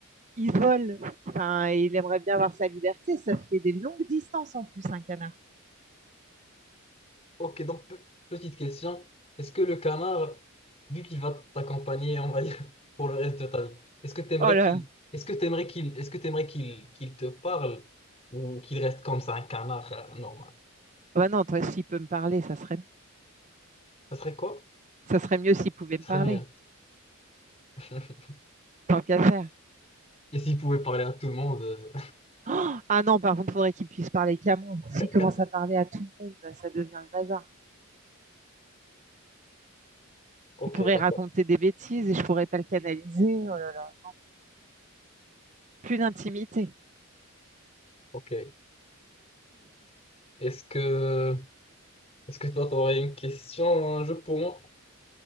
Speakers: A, on the right; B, on the left.
A: il vole. Enfin, il aimerait bien avoir sa liberté. Ça fait des longues distances en plus, un canard.
B: Ok, donc pe- petite question. Est-ce que le canard, vu qu'il va t'accompagner, on va dire, <laughs> pour le reste de ta vie, est-ce que t'aimerais
A: Oh là.
B: qu'il, est-ce que t'aimerais qu'il, est-ce que t'aimerais qu'il, qu'il te parle ou qu'il reste comme ça, un canard euh, normal?
A: Ben non, toi, s'il peut me parler, ça serait,
B: Ça serait quoi?
A: ça serait mieux s'il pouvait
B: Ça
A: me parler.
B: serait rien. <laughs>
A: Tant qu'à faire.
B: Et s'il pouvait parler à tout le monde, euh,
A: Oh ah non, par contre, il faudrait qu'il puisse parler qu'à moi. S'il
B: <laughs> quatre.
A: commence
B: quatre.
A: à parler à tout le monde, là, ça devient le bazar.
B: Ok,
A: Il pourrait
B: d'accord.
A: raconter des bêtises et je pourrais pas le canaliser. Oh là. plus d'intimité.
B: Ok. Est-ce que, est-ce que toi, t'aurais une question, un jeu pour moi?